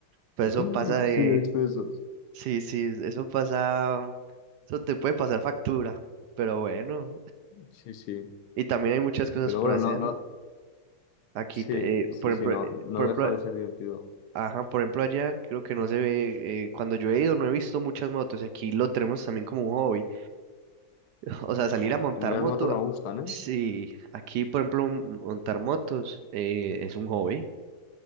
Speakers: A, on the right; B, on the left.
A: Pues eso
B: <laughs>
A: pasa de,
B: Sin excesos.
A: sí, sí, eso pasa, eso te puede pasar factura, pero bueno.
B: Sí, sí.
A: Y también hay muchas cosas
B: Pero
A: por
B: bueno,
A: hacer.
B: no, no,
A: ¿no? Aquí,
B: sí,
A: te- eh,
B: sí,
A: por ejemplo,
B: sí, no,
A: eh,
B: no
A: por ejemplo,
B: deja de ser divertido.
A: ajá, por ejemplo allá creo que no se ve, eh, cuando yo he ido no he visto muchas motos y aquí lo tenemos también como un hobby. O sea, salir
B: Jo,
A: a montar
B: a mí las
A: moto,
B: motos me gustan, ¿eh?
A: sí, aquí por ejemplo m- montar motos eh, es un hobby.